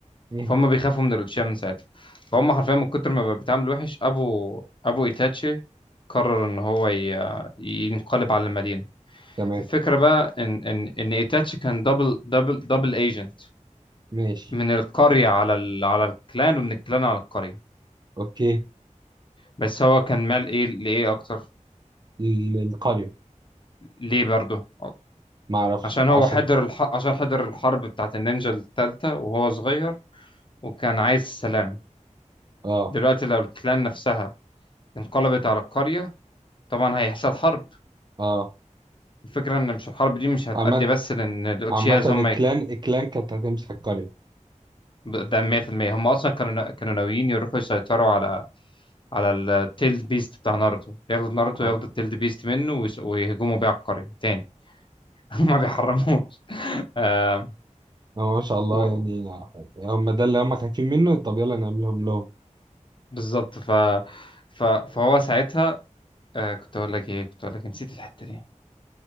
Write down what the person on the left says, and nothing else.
فهم بيخافوا من الأوتشيما من ساعتها فهم حرفيا من كتر ما بقى بيتعامل وحش أبو أبو إيتاتشي قرر إن هو ي... ينقلب على المدينة
الفكرة بقى إن إن إن إيتاتشي كان دبل دبل دبل ايجنت
من القرية على ال... على الكلان ومن الكلان على القرية
بس هو كان مال إيه لإيه أكتر
ليه برضه
عشان هو
حضر الح... عشان حضر الحرب بتاعت النينجا التالتة وهو صغير وكان عايز السلام
دلوقتي لو الكلان نفسها انقلبت على القرية طبعا هيحصل حرب
الفكرة ان مش الحرب دي مش هتأدي
بس لان الاوتشياز
هم يك-
ده 100% هم اصلا كانوا كانوا ناويين يروحوا يسيطروا على على التيلد بيست بتاع ناروتو ياخدوا ناروتو
ياخدوا التيلد بيست منه ويس- ويهجموا بيه على القرية تاني <laughs> ما بيحرموش آه...
و...
بالظبط ف... ف... فهو ساعتها آه كنت اقول لك ايه كنت اقول لك نسيت الحتة دي